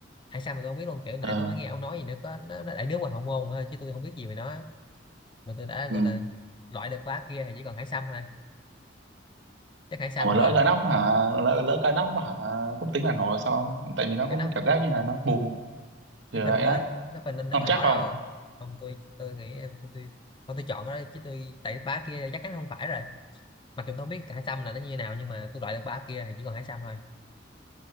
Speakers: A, on the left; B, on the right.
A: hải sâm thì tôi không biết luôn kiểu nãy
B: ờ,
A: tôi mới nghe ông nói gì nữa có nó, nó đại nước ngoài hậu môn thôi chứ tôi không biết gì về nó mà tôi đã gọi
B: ừ.
A: là loại được ba kia thì chỉ còn hải sâm thôi chắc hải sâm
B: Ủa lỡ
A: quá à.
B: cá nóc hả lỡ lỡ cá nóc hả cũng tính là nổi sao ông tại vì nó
A: cái
B: cũng
A: nóc
B: cảm giác như là nó bùng kiểu
A: nó phình
B: vậy
A: lên
B: á
A: nó phình lên
B: ông
A: nó có nổ
B: chắc không
A: đâu không tôi tôi nghĩ tôi tôi, tôi, tôi chọn cái đó chứ tôi tại ba kia chắc chắn không phải rồi mặc dù tôi không biết hải xăm là nó như thế nào nhưng mà tôi loại được ba kia thì chỉ còn hải xăm thôi